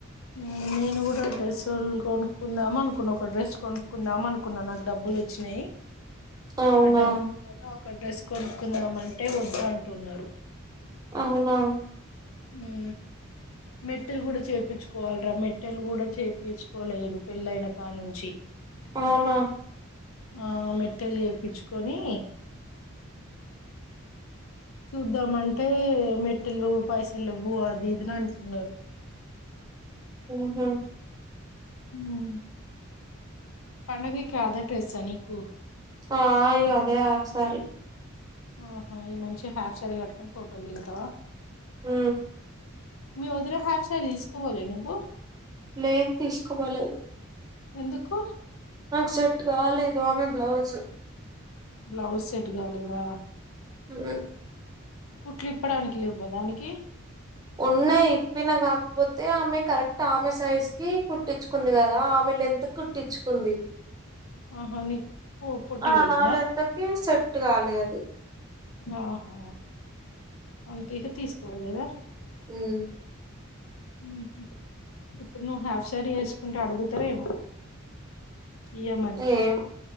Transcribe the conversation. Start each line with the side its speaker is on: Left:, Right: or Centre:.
Left: ఊ నేను కూడా డ్రెస్ కొనుక్కుందామా అనుకున్నా ఒక డ్రెస్ కొనుక్కుందామా అనుకున్నా నాకు డబ్బులు వచ్చినాయి
Right: అవునా!
Left: ఆ డబ్బుతోని ఒక డ్రెస్ కొనుక్కుందమంటే వద్దు అంటున్నారు
Right: అవునా
Left: ఊ మెట్టలు కూడా చేపిచుకోవాలరా మెట్టెలు కూడా చేపంచుకోలేదు పెళ్ళైన కా నుంచి
Right: అవునా
Left: ఆ మెట్టలు చేపిచుకొని చూద్దామంటే మెటలు పైసలు లేవు అది ఇదని అంటునారు
Right: ఉహు
Left: ఊమ్ పండవికి అదే డ్రెస్సా నీకు
Right: ఆ ఇగ అదే హాఫ్సారి
Left: ఆహో ఈ మంచి హాఫ్ సారీ కట్టుకోని ఫోటోలు దిగుతావా
Right: ఊ
Left: మీ వదిన హాఫ్ సారి తీసుకపోలే నువ్వు
Right: లేదు తీసుకపోలేదు
Left: ఎందుకు
Right: నాకు సెట్ కాలేదు ఆమె బ్లౌజు
Left: బ్లౌజ్ సెట్ కాలేదా
Right: ఉమ్
Left: కుట్లు ఇప్పడానికి లెవా దానికి
Right: ఉన్నాయి ఇప్పిన కాకపోతే ఆమె కరెక్ట్ ఆమె సైజ్ కి కుట్టించుకుంది కదా ఆమె లెంగ్త్ కి కుట్టించుకుంది
Left: ఆహా నీకు పొ పొట్టిగయిందా
Right: ఆ నా లెంగ్త్ కీ సెట్ కాలే అది
Left: ఆహా అందుకె ఇగ తీసుకోలేదా
Right: ఉమ్
Left: ఉహు ఇప్పుడు నా హాఫ్ శారీ వేసుకుంటే అడుగుతారా ఏమో ఈయమని
Right: ఏమో